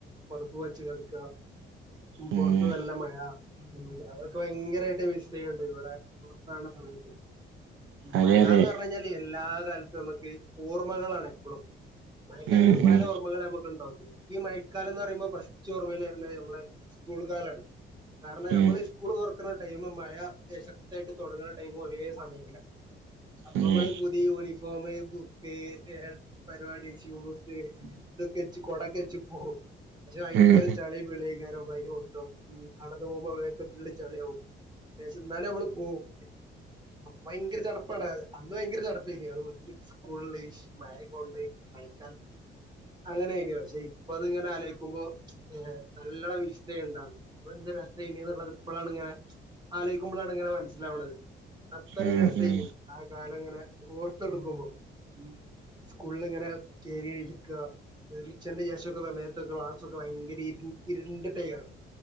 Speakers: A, on the right (about 20°); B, on the right (about 80°).
A: പുറപ്പ വച്ച് കടക്കുക
B: ഉം
A: പുറത്ത് നല്ല മഴ അതൊക്കെ ഭയങ്കരമായിട്ട് മിസ് ചെയ്യണ്ട ഇവിടെ പുറത്തണണ സമയത്ത്
B: അതെ
A: മഴന്ന്
B: അതെ
A: പറഞ്ഞ കഴിഞ്ഞാല് എല്ലാ കാലത്തും നമുക്ക് ഓർമ്മകളാണ് എപ്പോഴും മഴക്കാലത്ത്
B: ഉം
A: പല
B: ഉം
A: ഓർമ്മകള നമുക്കുണ്ടാവകും എനി ഈ മഴക്കാലം എന്ന് പറയുമ്പോ ബസ്റ്റ് ഓർമ്മൽ വരുന്നത് നമ്മളെ സ്കൂൾ കാലമാണ് കാരണം
B: ഉം
A: നമ്മൾ ഈ സ്കൂള് തുറക്കുന്ന ടൈം മഴശക്തായിട്ട് തുടങ്ങുന്ന ടൈമ ഒരേ സമയത്താണ് അപ്പൊ
B: ഉം
A: നമ്മൾഈ പുതിയ യൂണിഫോം ബുക്ക് പരിപാടി ഷൂസ് ഇതൊക്കെ വെച്ച് കൊടൊക്കെ വെച്ച് പോവും പക്ഷെ ഭയങ്കര
B: ഉം
A: ചളി പിളയിക്കാരോ ഭയങ്കര മൊത്തം നടന്നു പോകുമ്പോള്ളി ചളി ആകവുംം എന്നാലും നമ്മള് പോവും ഭയങ്കര ചടപ്പാണ് അന്ന് ഭയങ്കര ചടപ്പായി അത് സ്കൂള മയയക്ക അങ്ങനൊയിന പക്ഷെ ഇപ്പ അത് ഇങ്ങനെ ആലോയിക്കുമ്പോ ഏ നല്ല വിത ഉണ്ടാവുന്നു അപ്പൊ എന്ത് രസമായിന എന്നുള്ളത് ഇപ്പോഴാണ് ഇങ്ങനെ ആലോയിക്കുമ്പോളാണ് ഇങ്ങനെ മനസ്സിലാവണത് അത്രയും
B: ഉം
A: രസമായി
B: ഉം
A: ആ കാലം ഇങ്ങനെ ഓർത്തെടുക്കുമ്പോ ഉ സ്കൂളിങ്ങനെ കറിഴിക്കുക റിച്ചന്റെ ശേഷമൊക്കെ സമയത്ത് ക്ലാസ് ഒക്കെ ഭയങ്കര ഇരുണ്ടിലാണ്